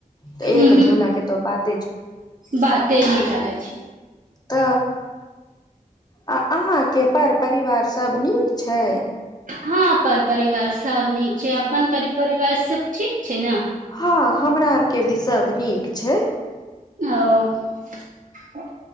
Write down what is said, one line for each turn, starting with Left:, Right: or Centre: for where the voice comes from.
Left: त एक
Right: उहूं
Left: झोला के त बात
Right: बाते ने जानै छी।
Left: त। आ अहाँ के पर परिवार सब नीक छै?
Right: हँ पर परिवार सब नीक छै, अपन पर परिवार सब ठीक छै ने
Left: हां हमरा आर के भी सब नीक छै।
Right: हां,